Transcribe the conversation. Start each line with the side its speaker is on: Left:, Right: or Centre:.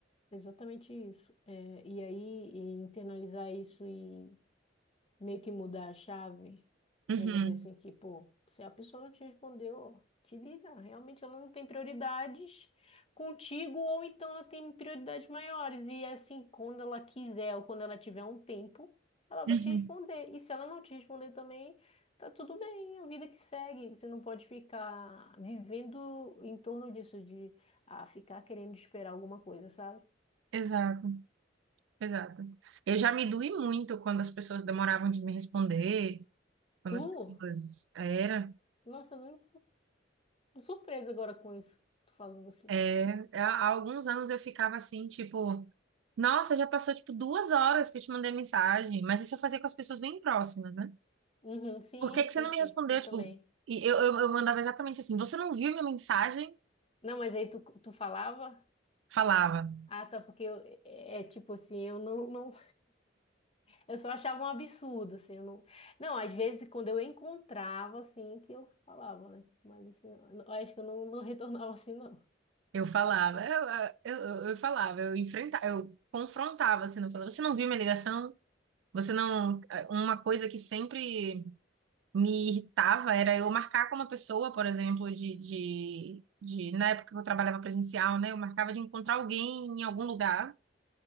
Left: exatamente isso. É, e aí, e internalizar isso e meio que mudar a chave
Right: Uhum,
Left: para dizer assim que, pô, se a pessoa não te respondeu, te liga, realmente ela não tem prioridades contigo ou então ela tem prioridades maiores e é assim, quando ela quiser ou quando ela tiver um tempo, ela
Right: uhum.
Left: vai te responder. E se ela não te responder também, tá tudo bem, a vida que segue, você não pode ficar vivendo em torno disso de ah, ficar querendo esperar alguma coisa, sabe?
Right: Exato, exato. Eu já me doí muito quando as pessoas demoravam de me responder, quando
Left: Tu?
Right: as pessoas. Era.
Left: Nossa, não, não, surpresa agora com isso, tu falando assim.
Right: É, há há alguns anos eu ficava assim, tipo, nossa, já passou tipo duas horas que eu te mandei mensagem, mas isso eu fazia com as pessoas bem próximas, né?
Left: Uhum, sim,
Right: Por que que
Left: sim,
Right: você não
Left: sim,
Right: me respondeu?
Left: eu
Right: Tipo,
Left: também.
Right: e eu, eu, eu mandava exatamente assim, você não viu minha mensagem?
Left: Não, mas aí tu, tu falava?
Right: Falava,
Left: Ah, tá, porque eu, é é tipo assim, eu não, não, eu só achava um absurdo, assim, eu não, não, às vezes quando eu encontrava, assim, que eu falava, né, mas assim, eu acho que eu não, não retornava assim, não.
Right: eu falava, eu, eu, eu, eu falava, eu enfrentava, eu confrontava, assim, não falava, você não viu minha ligação? Você não. é, Uma coisa que sempre. me irritava era eu marcar com uma pessoa, por exemplo, de, de, de- na época que eu trabalhava presencial, né? Eu marcava de encontrar alguém em algum lugar,